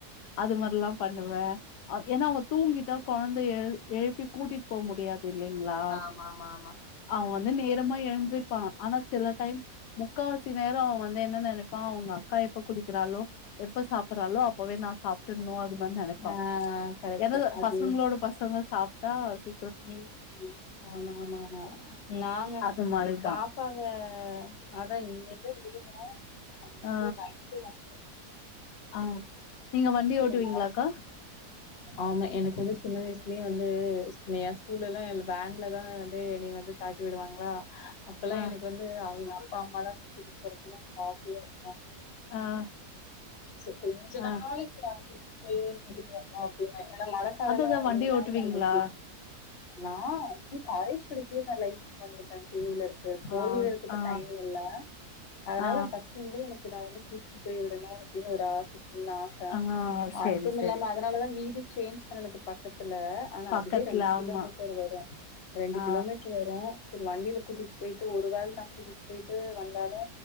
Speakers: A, on the left (about 85°); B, on the left (about 45°).
A: அது மாரிலா பண்ணுவ அ ஏன்னா அவங்க தூங்கிட்டா கொழந்த எழு எழுப்பி கூட்டிட்டு போ முடியாது இல்லைங்ளா
B: ஆமாமாமா
A: அவ வந்து வந்து நேரமா எழுந்திருப்பா ஆனா சில டைம் முக்காவாசி நேரோ அவ வந்து என்ன நெனைப்பா அவங்க அக்கா எப்ப குடிக்கிறாலோ எப்ப சாப்புட்றாலோ அப்பவே நா சாப்ட்டுண்ணு அது வந்து நெனைப்பா
B: ஆ
A: ம்ச்
B: கரெக்ட்
A: ஏனா
B: அது
A: பசங்களோட பசங்க சாப் டா சி
B: ம் ஆம்மாமாமா நாங்க
A: அது மாரிதா
B: இ பாப்பாவ அதா இங்க நா அன்னக்கி
A: ஆ
B: நைட் வந்து
A: ஆ நீங்க வண்டி ஓட்டுவீங்ளாக்கா
B: வந்து ஆமா எனக்கு வந்து சின்ன வயசுலயே வந்து என் ஸ்கூல்ல லா வன்ல தா வந்து என்னைய வந்து தாட்டி விடுவாங்களா அப்பல்லா
A: ஆ
B: எனக்கு வந்து அவிங் அப்பா அம்மாலா கூட்டிட்டு போறதுக்கு எனக்கு ஆசயா இருக்கு
A: ஆ
B: சோ கொஞ்ச
A: ஆ
B: நாளைக்கி கூட்டிட்டு போயி கூட்டிட்டு வரனு அப்டினு ஏன்னா மழக்காலம்லா
A: அததா
B: வந்துனா
A: வண்டி ஓட்டுவீங்களா
B: நம்ம எப்டி நா ம் காலேஜ் படிக்கயிலே நா லைசன்ஸ் வாங்கிட்டே டூ வீலர் க்கு ஃபோர்
A: ஆ
B: வீலர்க்கு இப்ப
A: ஆ
B: டைம் இல்ல அதனால
A: ஆ
B: ஃபஸ்ட் முன்னடியே எனக்கு நா வந்து கூட்டிட்டு போய்விடனு அப்டின்னு ஒரு ஆச சின்ன ஆச
A: ஆ சேரி
B: அதுமில்லாம
A: சேரி
B: அதனாலதா வீடு சேஞ்ச் பண்ணுனது பக்கத் துல ஆனா
A: பக்கத்துல
B: அதுவே ரெண்டு
A: ஆமா
B: கிலோமீட்டர் வரு ரெண்டு
A: ஆ
B: கிலோமீட்டர் வரு சேரி வண்டில கூட்டிட்டு பெயிட்டு ஒரு வேள நா கூட்டிட்டு பெயிட்டு வந்தாலு